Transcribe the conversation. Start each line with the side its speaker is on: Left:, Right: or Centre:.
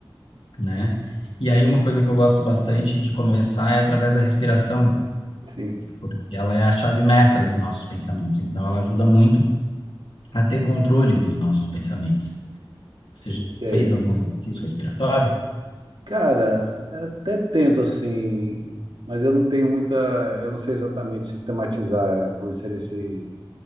Left: né? E aí uma coisa que eu gosto bastante de começar é através da respiração,
Right: Sim.
Left: porque ela é a chave mestra dos nossos pensamentos. Então, ela ajuda muito a ter controle dos nossos pensamentos. Você já
Right: Que é
Left: fez
Right: isso?
Left: algum exercício respiratório?
Right: Cara, até tento assim, mas eu não tenho muita, eu não sei exatamente sistematizar como seria esse